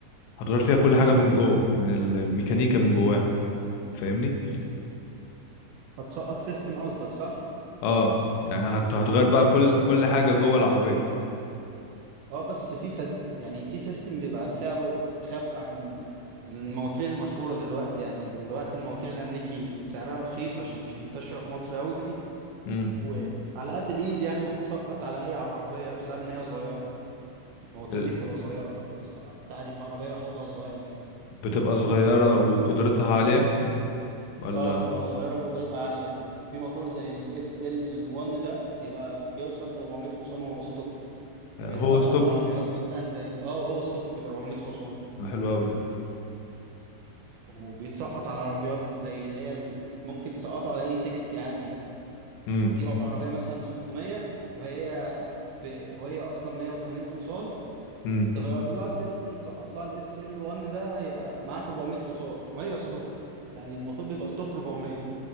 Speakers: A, on the left; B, on the right.
A: هتغير فيها كل حاجه من جوه من ال- الميكانيكا من جواها فاهمني
B: هتسقط سيستم قصدك صح؟
A: اه يعني هت- هتغير بقى كل كل حاجة جوه العربية
B: اه بس في سد... يعني في سيستم بيبقى سعره خف عن المواتير المشهورة دلوقتي يعني دلوقتي المواتير الأمريكي سعرها رخيص عشان مش منتشرة في مصر أوي
A: امم
B: وعلى قد الإيد يعني وتتسقط على أي عربية بسبب إن هي صغيرة المواتير
A: ال-
B: دي بتبقى صغيرة فبتتسقط عادي في عربية حوضها صغير يعني
A: بتبقى صغيرة وقدرتها عالية ولا
B: اه بتبقى صغيرة وقدرتها عالية يعني في موتور زي الاس ال 1 ده بيبقى بيوصل ل 400 حصان وهو ستوك
A: يعني
B: بيتسقط
A: هو السوق
B: على عربيات مثلا زي اه وهو ستوك بيبقى 400 حصان
A: ده حلو أوي ده
B: وبيتسقط على عربيات زي اللي هي ال- ممكن تسقطه على اي 60 عادي
A: امم
B: تجيب عربيه مثلا ب 600 وهي ب... وهي اصلا 180 حصان
A: امم
B: تغير لها السيستم وتسقط لها الاس ال 1 ده يبقى معاك 400 حصان وهي ستوك يعني الموتور بيبقى ستوك 400